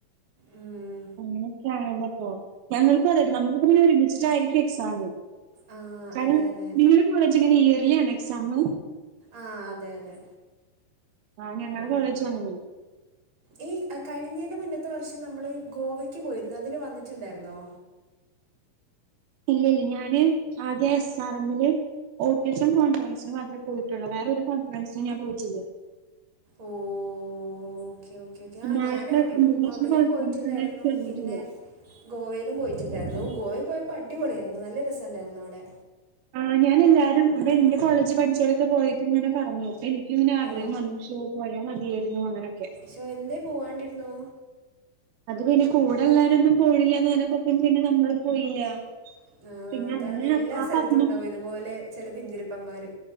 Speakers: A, on the right; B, on the right.
A: ഉം,
B: അങ്ങനെയൊക്കെയാണല്ലെ പ്പോ ഞങ്ങൾക്കും അതെ നമ്മക്ക് പിന്നെ ഒരുമിച്ചിട്ടായിരിക്കും എക്സാമ്
A: ആ
B: ചാനു
A: അതെ അതെ
B: നിങ്ങളുടെ കോളേജ് എങ്ങനെ ഇയർലി ആണോ എക്സാമ്
A: ആഹ് അതെ അതെ
B: ആഹ് ഞങ്ങളെ
A: ഉം.
B: കോളേജും അങ്ങനെയാ
A: ഈ കഴിഞ്ഞന്റെ മുന്നത്തെ വർഷം നമ്മൾ ഗോവയ്ക്ക് പോയിരുന്നു അതിന് വന്നിട്ടുണ്ടായിരുന്നോ
B: ഇല്ല ഇല്ല ഞാന് ആദ്യം എസ് ആർ എമ്മില് ഓട്ടിസം കോൺഫറൻസിന് മാത്രമ പോയിട്ടുള്ളൂ വേറോരു കോൺഫറൻസിന് ഞാൻ പോയിട്ടില്ല
A: ഓഹ് ഓക്കേ ഓക്കേ
B: നാഷണൽ
A: ഞാൻ അവിടെയും,
B: ഇന്റർനാഷണൽ
A: അവിടെയും
B: കോൺഫറൻസിന്
A: പോയിട്ടുണ്ടായിരുന്നു
B: ചേർന്നിട്ടില്ല.
A: പിന്നെ ഗോവയിലും പോയിട്ടുണ്ടായിരുന്നു, ഗോവയിൽ പോയപ്പോ അടിപൊളിയായിരുന്നു നല്ല രസം ഉണ്ടായിരുന്നു അവിടെ
B: ആ ഞാൻ എല്ലാരും ഇവിടെ എന്റെ കോളേജ് പഠിച്ചവരൊക്കെ പോയിട്ട് ഇങ്ങനെ പറഞ്ഞു അപ്പൊ എനിക്കിങ്ങനെ ആഗ്രഹം
A: ആ,
B: വന്നു പക്ഷേ പോയ മതിയായിരുന്നു അങ്ങനെയൊക്കെ
A: ശ്ശോ എന്തേ പോവാണ്ടിരുന്നു?
B: അത് പിന്നെ കൂടെള്ളോരൊന്നും പോണില്ലന്ന് പറഞ്ഞപ്പോ പിന്നെ നമ്മളും പോയില്ല
A: ആ,
B: പിന്നെ
A: അതാണ്
B: <unintelligible>
A: എല്ലാ സ്ഥലത്തും ഉണ്ടാവും ഇതുപോലെ ചില പിന്തിരിപ്പന്മാര്